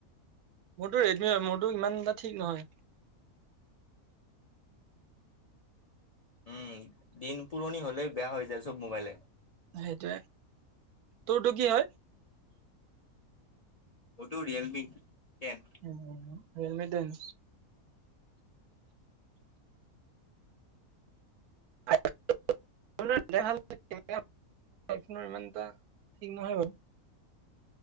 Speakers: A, on the right; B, on the left.
A: মোৰতো ৰেডমি হয় মোৰতো ইমান এটা ঠিক নহয়।
B: উম দিন পুৰণি হলে বেয়া হৈ যায় চব মোবাইলে।
A: সেইটোৱে। তোৰতো কি হয়?
B: মোটো ৰিয়েলমি টেন
A: উ হেলমেডেনছ <unintelligible> <unintelligible>